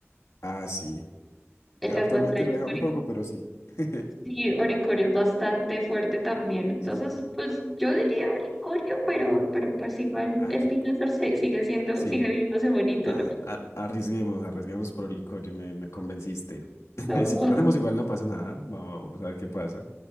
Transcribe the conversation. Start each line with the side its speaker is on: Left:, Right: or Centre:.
Left: Ah, sí.
Centre: en
Left: Actualmente
Centre: las batallas,
Left: lo he dejado
Centre: Ori-
Left: un poco, pero sí. <laughs>
Centre: sí, Oricorio es bastante fuerte también. Entonces,
Left: Sí.
Centre: pues yo diría Oricorio, pero, pero pues igual
Left: Ah,
Centre: el
Left: yo.
Centre: Pinazar se- sigue siendo,
Left: Sí.
Centre: sigue viéndose bonito,
Left: Ah,
Centre: ¿no?
Left: a- arriesguemos, arriesguemos por Oricorio, me, me convenciste.
Centre: No,
Left: <laughs> Si perdemos igual no pasa nada. Vamos, vamos a ver qué pasa.